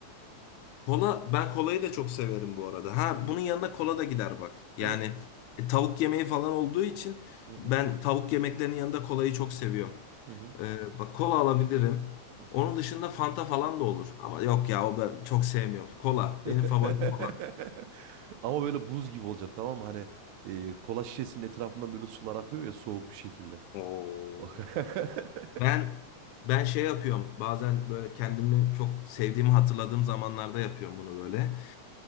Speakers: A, on the left; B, on the right.
A: kola ben kolayı da çok severim bu arada. Ha
B: Hı hı.
A: bunun yanına kola da gider bak. Yani
B: Evet.
A: e, tavuk yemeği falan olduğu için
B: Hı hı.
A: ben tavuk yemeklerinin yanında kolayı çok seviyorum.
B: Hı hı.
A: Ee, bak kola alabilirim.
B: Hı
A: Onun
B: hı.
A: dışında Fanta falan da olur. Ama yok ya o ben çok sevmiyorum. Kola
B: <laughs>
A: benim favorim kola.
B: Ama böyle buz gibi olacak tamam mı? Hani e, kola şişesinin etrafından böyle sular akıyor ya soğuk bir şekilde.
A: <laughs> Oo.
B: Oh. <laughs>
A: Ben ben şey yapıyorum. Bazen böyle kendimi çok sevdiğimi hatırladığım zamanlarda yapıyorum bunu böyle.